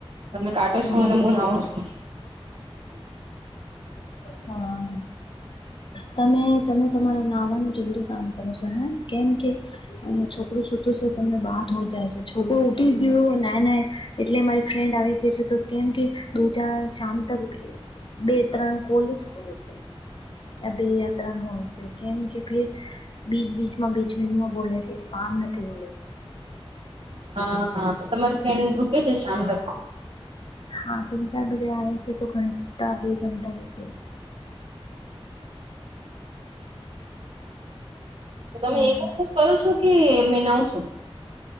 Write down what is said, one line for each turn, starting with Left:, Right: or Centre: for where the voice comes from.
Right: તમે કાટો
Left: હમ
Right: છો, અને હું નાવું છું.
Left: હા. તમે તમે તમાર નાવાનું જલ્દી કામ કરો છો, હ કેમ કે અને છોકરું શતું છે, તમને બાંધ હો જાય છે, છોકરો ઉઠટી ગયો ના ના. એટલે મારી ફ્રેન્ડ આવી ગઈ છે, તો કેમ કે દ ચાર શામ તક બે-ત્રણ કોલીસ કો છે. યા બે યાત્રા ન હોય છે. કેમ કે, ફે બીજ બીજમાં બીજ બીજમાં બોલે છે, તો કામ નથી હોય.
Right: હા, તમારી ફેન રૂકે છે, શામ તક.
Left: હા, તીન-ચાર બજે આવે છે, તો ઘંટા બે ઘંટા રોકે છે.
Right: તો
Left: હમ
Right: તમે એક વાત કરો છો કે, મે નાવ છું.